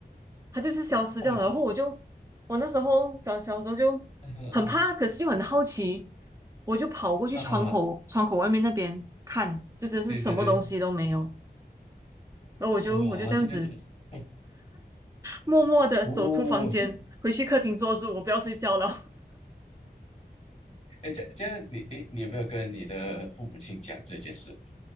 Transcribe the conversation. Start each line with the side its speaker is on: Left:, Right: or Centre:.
Right: 他就是消失掉了。
Left: 我我
Right: 然后我就我那时候小小时候就很怕，
Left: 嗯嗯
Right: 可是又很好奇，我就跑过去窗口窗口外面那边看，
Left: 嗯啊，
Right: 就真是什么东西都没有。
Left: 对对对，
Right: 然后我就我就这样子
Left: 哇，这个这个，嗯
Right: 默默的走出房间，
Left: 哦，
Right: 回去客厅坐着，我不要睡觉了。
Left: <laughs> 哎，这样这样你哎，你你有没有跟你的父母亲讲这件事